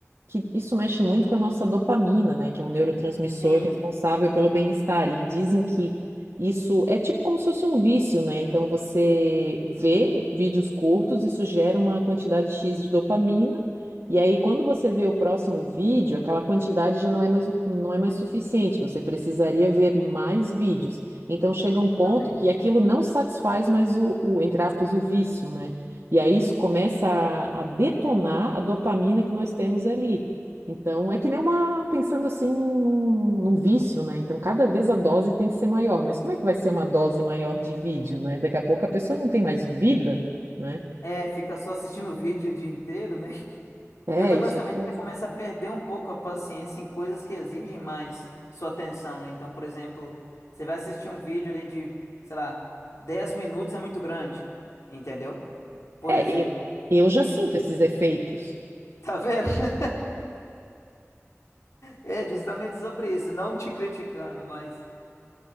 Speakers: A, on the right; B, on the left.
A: que isso mexe muito com a nossa dopamina, né? Que é um neurotransmissor
B: Sim,
A: responsável pelo bem-estar. E dizem que isso é tipo como se fosse um vício, né? Então você vê vídeos curtos, isso gera uma quantidade X de dopamina. E aí, quando você vê o próximo vídeo, aquela quantidade já não é mais, não é mais suficiente. Você precisaria ver mais vídeos. Então chega um
B: exatamente.
A: ponto que aquilo não satisfaz mais o, o, entre aspas, o vício, né? E aí isso começa a, a detonar a dopamina que nós temos ali. Então, é que nem uma, pensando assim, num, num- num vício, né? Então, cada vez a dose tem que ser maior. Mas como é que vai ser uma dose maior de vídeo, né? Daqui a pouco a pessoa não tem mais vida, né?
B: É, fica só assistindo o vídeo o dia inteiro, né?
A: É,
B: E outra
A: isso
B: coisa também,
A: é péssimo.
B: você começa a perder um pouco a paciência em coisas que exigem mais sua atenção, né? Então, por exemplo, você vai assistir um vídeo ali de, sei lá, 10 minutos é muito grande, entendeu? Por
A: É,
B: exemplo.
A: eu eu já sinto esses efeitos.
B: Tá vendo? <laughs> É justamente sobre isso, não te criticando, mas